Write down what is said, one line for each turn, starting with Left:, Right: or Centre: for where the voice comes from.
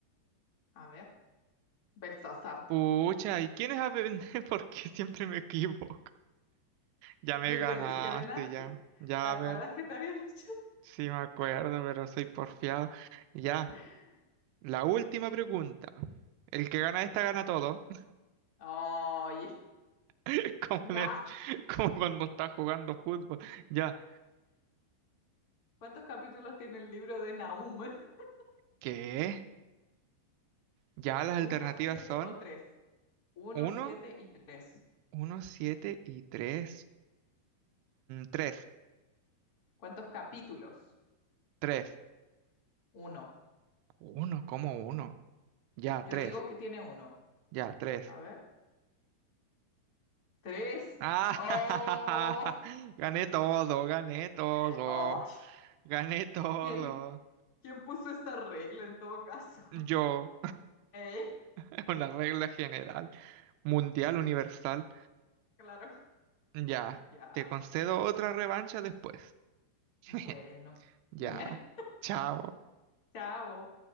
Left: A ver, Belsasar.
Right: Pucha, ¿y quién es Abednego? <laughs> Porque siempre me equivoco. Ya me
Left: Yo
Right: ganaste,
Left: te dije delante.
Right: ya. Ya,
Left: ¿Te acuerdas
Right: a ver.
Left: que te había dicho?
Right: Sí me acuerdo, pero soy porfiado. Ya.
Left: <laughs>
Right: La última pregunta. El que gana esta
Left: Ya.
Right: gana todo.
Left: Oye,
Right: <laughs> Como,
Left: naste.
Right: en el- como cuando estás jugando fútbol. Ya.
Left: ¿Cuántos capítulos tiene el libro de Nahum? <laughs>
Right: ¿Qué? Ya las alternativas
Left: ¿Uno, siete
Right: son
Left: o tres? Uno,
Right: uno,
Left: siete y tres.
Right: uno siete y 3. tres,
Left: ¿Cuántos capítulos?
Right: tres,
Left: Uno.
Right: uno como uno, Ya,
Left: Yo
Right: tres,
Left: digo que tiene uno.
Right: Ya, 3.
Left: A ver. Tres.
Right: Ah, <laughs>
Left: ¡Oh!
Right: gané todo, gané todo.
Left: <laughs> ¡Oh!
Right: Gané todo.
Left: ¿Quién, ¿Quién puso esta regla en todo caso? <laughs>
Right: Yo,
Left: ¿Eh?
Right: <laughs> una regla general, mundial, universal.
Left: Claro.
Right: Ya,
Left: Ya.
Right: te concedo otra revancha después. <laughs>
Left: Bueno.
Right: Ya,
Left: <laughs>
Right: chao.
Left: Chao.